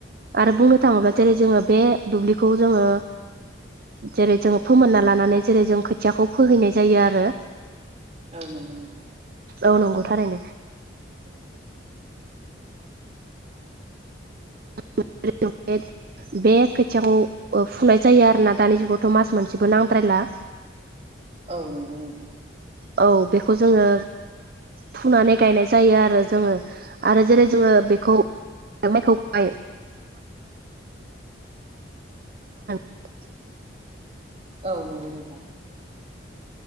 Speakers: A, on the right; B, on the right.
A: आरो बुंनो थाङोब्ला जेरै जोङो बे दुबलिखौ जोङो जेरै जोंङो फोमोननानै लानानै जेरै जों खोथियाखौ फोहैनाय जायो आरो।
B: औ नंगौ नोंथां
A: औ नंगौ थारैनो ज <unintelligible> बे खोथियाखौ फुंनाय जायो आरोना दानि जुगावथ' मास मोनसेबो नांद्रायला
B: औ नंगौ नोंथां
A: औ बेखौ जोङो फुनानै गायनाय जायो आरो जोङो आरो जेरै जोङो बेखौ माइखौहाय <unintelligible>
B: औ नंगौ नोंथां